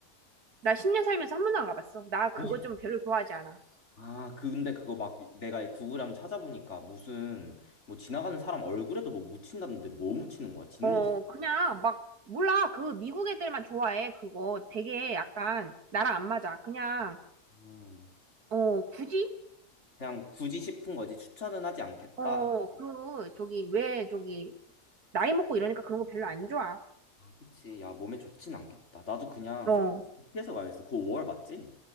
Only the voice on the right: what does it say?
나 10년 살면서 한 번도 안 가봤어. 나 그거
좀 별로 좋아하지 않아.
어,
그냥 막, 몰라. 그 미국 애들만 좋아해. 그거 되게 약간 나랑
안 맞아. 그냥,
어, 굳이?
어, 그, 저기, 왜 저기, 나이 먹고 이러니까 그런 거 별로 안 좋아.
어,